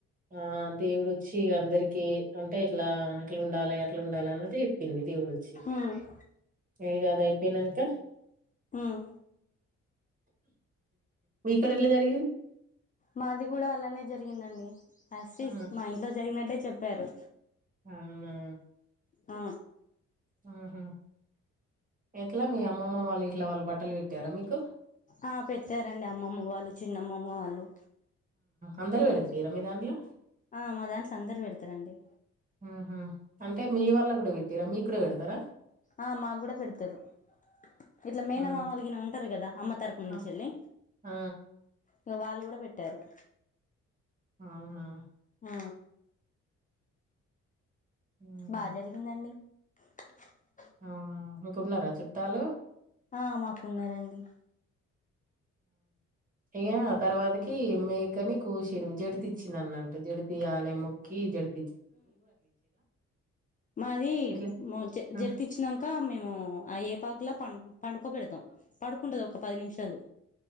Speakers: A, on the right (about 25°); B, on the left (about 25°).
A: ఆ దేవుడుొచ్చి అందరికి అంటే ఎట్లా ఎట్లా ఉండాలి ఎట్లా ఉండాలి అన్నది చెప్పింది దేవుడుొచ్చి.
B: ఉమ్
A: అది కాదు అయిపోయినాక
B: ఉమ్
A: ఇక్కడ ఎట్లా జరిగింది
B: మాది కూడా అలానే జరిగిందండి ఆస్లీ
A: ఆ
B: మా ఇంట్లో జరిగినట్టే చెప్ చెప్పారు
A: అవునా
B: ఆ
A: ఉహ ఎట్లా మీ అమ్మమ్మ వాళ్ళు ఇట్లా వాళ్ళు బట్టలు పెట్టారా మీకు.
B: ఆ పెట్టారండి అమ్మమ్మ వాళ్ళు చిన్నమ్మమ్మ వాళ్ళు
A: అందరు పెడుతు ర మీదాన్లో
B: ఆ మా దాంట్లో అందరు పెడతారండి
A: ఆహా అంటే మీ వాల్ళ కూడా పెట్టరా మీకు కూడా పెడతారా
B: ఆ మాకు కూడా పెడతారు ఇట్లా మేన
A: ఆ
B: మామూలు గిన ఉంటారు కదా అమ్మ తరపు నుంచి
A: ఆ
B: వెళ్ళి.
A: ఆ,
B: ఇంక వాళ్ళు కూడా పెట్టారు
A: అవునా
B: ఆ
A: ఉమ్,
B: బాగా జరిగిందండి అ
A: అవునా మీకున్నారా చుట్టాలు
B: ఆ మాకున్నారండి
A: అ తర్వాత మేకని కూస జడిత ఇచ్చింది అన్నట్టు జడితి ఆలయం మొక్కి జడి
B: మాది
A: ఎట్లా
B: జ
A: ఆ,
B: జరితచ్చినాక మేము ఆ ఏపాకులా పం. పండుకో పెడతాం పడుకుంటది ఒక పది నిమిషాలు.